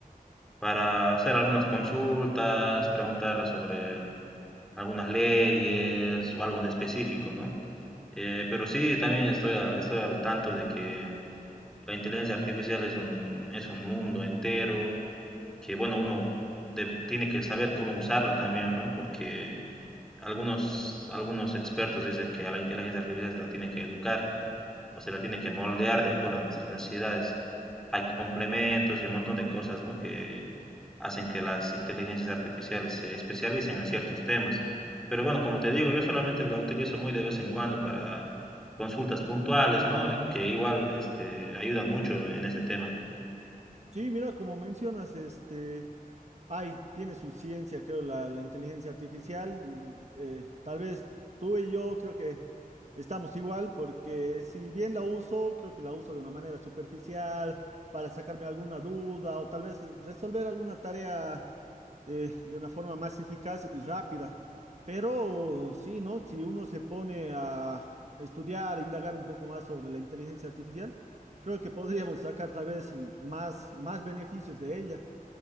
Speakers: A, in the centre; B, on the right (about 50°).
A: para hacer algunas consultas, preguntar sobre algunas leyes o algo en específico, ¿no? Eh, pero sí, también estoy al, estoy al tanto de que La inteligencia artificial es un, es un mundo entero que, bueno, uno de- tiene que saber cómo usarla también, ¿no? Porque algunos, algunos expertos dicen que a la inteligencia artificial se la tiene que educar, Usted la tiene que moldear de acuerdo a nuestras necesidades. Hay complementos y un montón de cosas, ¿no? que hacen que las inteligencias artificiales se especialicen en ciertos temas. Pero bueno, como te digo, yo solamente la utilizo muy de vez en cuando para consultas puntuales, ¿no? Que igual este, ayudan mucho en este tema.
B: Sí, mira, como mencionas, este... Ay, tiene su ciencia, creo, la, la inteligencia artificial. mm, eh, tal vez tú y yo creo que estamos igual, porque si bien la uso, creo que la uso de una manera superficial para sacarme alguna duda o tal vez eh, resolver alguna tarea eh, de una forma más eficaz y rápida. Pero sí, ¿no? Si uno se pone a estudiar, a indagar un poco más sobre la inteligencia artificial, creo que podríamos sacar tal vez mm, más, más beneficios de ella.